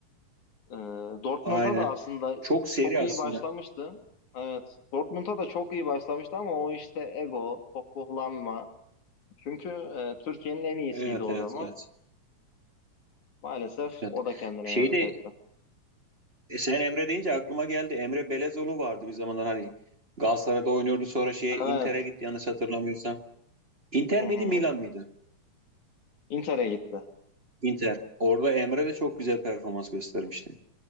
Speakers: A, on the left; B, on the right.
A: E, Dortmund'a
B: Aynen.
A: da aslında
B: Çok seri
A: çok iyi
B: aslında.
A: başlamıştı. Evet. Dortmund'a da çok iyi başlamıştı ama o işte ego, pohpohlanma. Çünkü e, Türkiye'nin en iyisiydi
B: Evet
A: o
B: evet
A: zaman.
B: evet.
A: Maalesef
B: Evet.
A: o da kendine
B: Şeyde
A: yazık etti.
B: e, sen Emre deyince aklıma geldi. Emre Belezoğlu vardı bir zamanlar hani Galatasaray'da oynuyordu sonra şeye
A: Evet.
B: Inter'e gitti yanlış hatırlamıyorsam. Inter
A: Hı hı.
B: miydi Milan mıydı?
A: Inter'e gitti.
B: Inter. Orada Emre de çok güzel performans göstermişti.